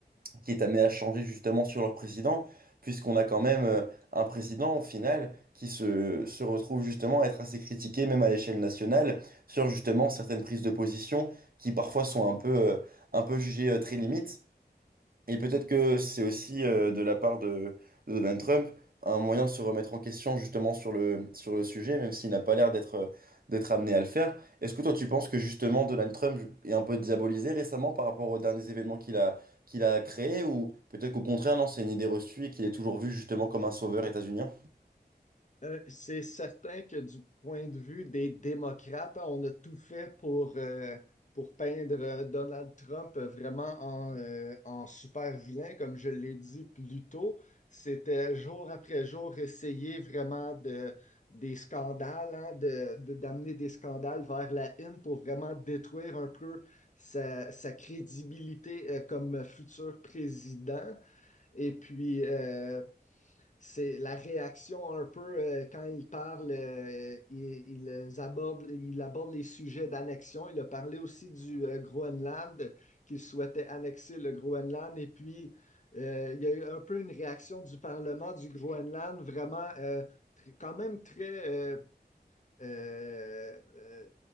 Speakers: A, on the right (about 60°); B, on the left (about 45°).
A: qui est amené à changer justement sur leur président, puisqu'on a quand même euh, un président au final qui se, se retrouve justement à être assez critiqué, même à l'échelle nationale, sur justement certaines prises de position qui parfois sont un peu, euh, un peu jugées euh, très limites. Et peut-être que c'est aussi euh, de la part de, de Donald Trump un moyen de se remettre en question justement sur le, sur le sujet, même s'il n'a pas l'air d'être euh, d'être amené à le faire. Est-ce que toi tu penses que justement Donald Trump est un peu diabolisé récemment par rapport aux derniers événements qu'il a, qu'il a créés, ou peut-être qu'au contraire, non, c'est une idée reçue et qu'il est toujours vu justement comme un sauveur états-unien?
B: Euh, c'est certain que du point de vue des démocrates, hein, on a tout fait pour, euh, pour peindre euh, Donald Trump euh, vraiment en, euh, en super vilain, comme je l'ai dit plus tôt. C'était jour après jour essayer vraiment de, des scandales, hein, de, de- d'amener des scandales vers la une pour vraiment détruire un peu sa, sa crédibilité euh, comme futur président. Et puis, euh, c'est la réaction un peu euh, quand il parle, euh, il, il aborde, il aborde les sujets d'annexion. Il a parlé aussi du euh, Groenland, qu'il souhaitait annexer le Groenland. Et puis, euh, il y a eu un peu une réaction du Parlement du Groenland, vraiment euh, quand même très, euh, euh, euh,